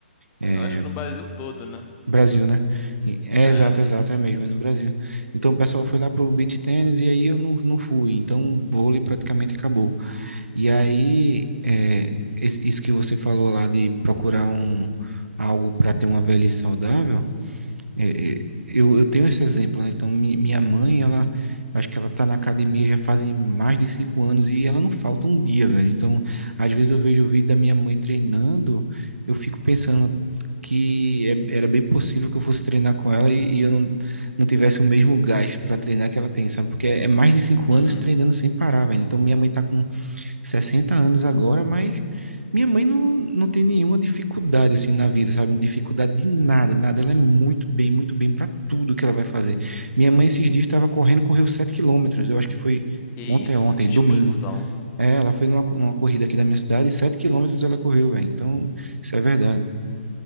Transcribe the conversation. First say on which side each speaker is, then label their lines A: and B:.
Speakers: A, on the right; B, on the left.
A: É,
B: Eu acho que no Brasil todo, né?
A: Brasil, né? E- É
B: É.
A: exato, exato, é mesmo, é no Brasil. Então o pessoal foi lá pro beach tennis e aí eu não, não fui. Então o vôlei praticamente acabou. E aí, é, es- isso que você falou lá de procurar um, algo para ter uma velhice saudável, é, é, eu, eu tenho esse exemplo, né? Então, mi- minha mãe, ela, acho que ela tá na academia já fazem mais de cinco anos e ela não falta um dia, velho. Então, às vezes eu vejo o vídeo da minha mãe treinando, eu fico pensando que é- era bem possível que eu fosse treinar com ela e, e eu não, não tivesse o mesmo gás para treinar que ela tem, sabe? Porque é é mais de cinco
B: Uhum.
A: anos treinando sem parar, velho. Então, minha mãe tá com 60 anos agora, mas minha mãe não, não tem nenhuma dificuldade assim na vida, sabe? Dificuldade de nada, nada. Ela é muito bem, muito bem para tudo que ela vai fazer. Minha mãe esses dias estava correndo, correu 7 quilômetros. Eu acho que foi
B: Que isso,
A: ontem, ontem,
B: que disposição.
A: domingo. É, ela foi numa, numa corrida aqui da minha cidade, e 7 quilômetros ela correu, velho. Então, isso é verdade.